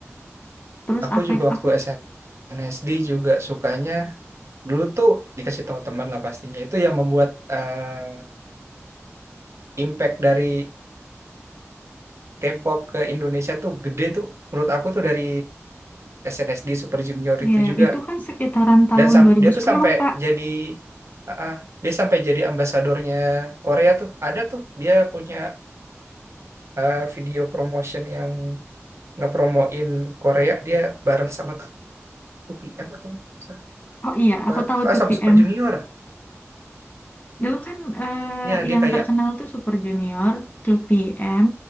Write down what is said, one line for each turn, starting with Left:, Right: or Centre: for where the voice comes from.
Left: Terus
Right: aku
Left: apa
Right: juga
Left: ya?
Right: waktu
Left: Aku
Right: SNSD juga sukanya dulu tuh dikasih tahu teman lah pastinya. Itu yang membuat eh, impact dari K-pop ke Indonesia tuh gede tuh. Menurut aku tuh dari SNSD Super Junior itu
Left: ya
Right: juga.
Left: itu kan sekitaran tahun
Right: Dan sam-
Left: dua ribu
Right: dia
Left: sepuluh
Right: tuh sampai
Left: Kak.
Right: jadi ah, ah. dia sampai jadi ambasadornya Korea tuh. Ada tuh dia punya eh, video promotion yang ngepromoin Korea dia bareng sama UPM atau nggak salah ya.
Left: Oh iya,
Right: apa
Left: aku tahu tuh
Right: ah, sama
Left: PM.
Right: Super Junior
Left: Dulu kan eh,
Right: ya dia
Left: yang
Right: kayak
Left: terkenal tuh Super Junior, 2PM,